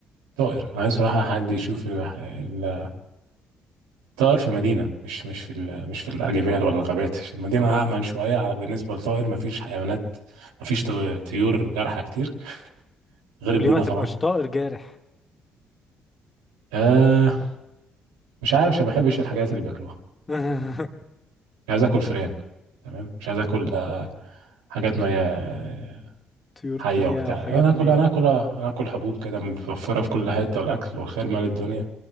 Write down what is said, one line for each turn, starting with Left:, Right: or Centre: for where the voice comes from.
Right: طائر انا عايز صراحه حد يشوف ال... طائر في مدينة مش مش في ال- مش في الأجبال ولا الغابات عشان المدينة
Left: م.
Right: أأمن شوية على بالنسبة للطائر مفيش حيوانات مفيش طو- طيور جارحة كتير غير
Left: وليه
Right: البومة
Left: ما تبقاش
Right: طبعا
Left: طائر جارح
Right: آه مش عارف عشان ما بحبش الحاجات اللي بياكلوها
Left: <laughs>
Right: مش عايز آكل فئران تمام مش عايز آكل آه، حاجات ما هي-
Left: طيور
Right: حية
Left: تانية
Right: وبتاع
Left: او حاجات
Right: أنا آكل
Left: ميتة
Right: أنا آكل آه، أنا آكل حبوب كده متوفرة في كل حتة والأكل والخير مال الدنيا